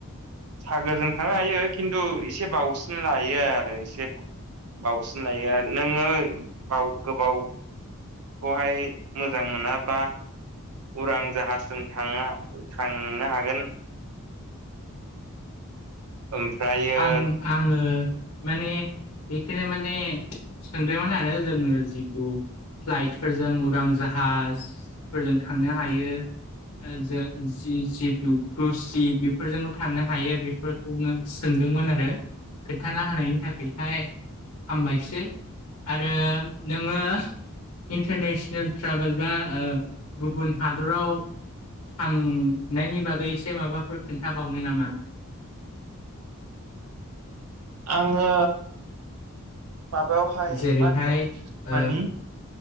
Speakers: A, on the right; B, on the left.
A: सागोरजों थांनो हायो खिन्थु एसे बावसिन लायो आरो एसे बावसिन लायो आरो नोंङो बाव गोबाव खौहाय मोजां मोना बा उरां जाहाजजों थां थांनो हागोन। ओमफ्रायो
B: आं आङो माने बेखनो माने सोंदोंमोन आरो जोङो जिथु फ्लाइटफोरजों उरां जाहाजफोरजों थांनो हायो। ज जितु क्रुसि बेफोरजोंबो थांनो हायो बे फोरखौनो सोंदोंमोन आरो खोन्थाना होनायनि थाखायहाय हामबायसो। आरो। नोङो इन्टारनेसनेल ट्राभेल बा गुबुन हादराव थांनायनि बागै एसे माबाफोर खोन्थाबावनो नामा?
A: आङो माबायावहाय
B: जेरैहाय
A: मा होनोम
B: ओ
A: मानि